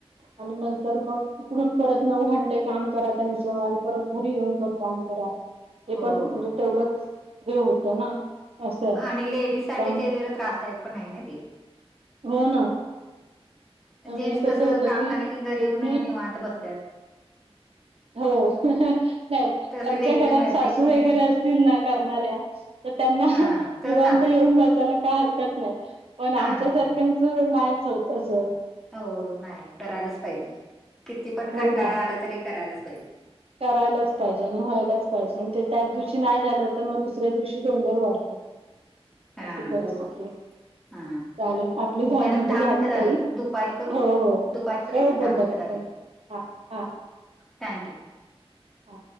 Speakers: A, on the right; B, in the centre.
A: आणि नंतर मग तिकडून परत नऊ घंटे काम करा त्यांचं आणि परत घरी येऊन पण काम करा हे
B: हो
A: पण
B: हो
A: म्हणजे
B: हो
A: तेवढंच हे होतं ना असं आहे
B: आणि लेडीज साठी
A: त्याम
B: ते जरा त्रासदायक पण हाय ना ते
A: हो ना म्हणजे
B: जेंट्स
A: कस
B: कसं
A: होत
B: काम
A: की
B: झालं
A: दोनी
B: घरी येऊन निवांत बसत्यात
A: हो नाय ज्यांच्या
B: तसं लेडीजला
A: घरात
B: मिळत
A: सासू
B: नाही येऊन
A: वगैरे
B: आणि
A: असतील ना करणाऱ्या तर त्यांना
B: हा
A: निवांत
B: तर चालते.
A: येऊन बसायला काय हरकत नाय पण
B: हा
A: आमच्या
B: हा
A: सारख्यान नायच होत तस
B: हो नाय करायलाच पाइजे किती पण
A: हो
B: कंटाळ
A: ना
B: आला तरी करायलाच पाइजे
A: करायलाच पाइजे आणि व्हायलाच पाइजे आणि ते त्याच दिवशी नाय झालं तर मग दुसऱ्या दिवशी डोंगर वाढतो
B: हा
A: अशी परिस्थितीच
B: हो
A: चालेल
B: हा
A: आपली धाहा
B: मॅडम
A: मिनटं
B: दहा
A: झाली ताई
B: झालं दुपारी करू
A: हो हो हो
B: दुपारी करूया
A: हो
B: दहा
A: बंद
B: मिनटं
A: करा
B: झाले.
A: बंद हा हा
B: थँक्यू
A: हा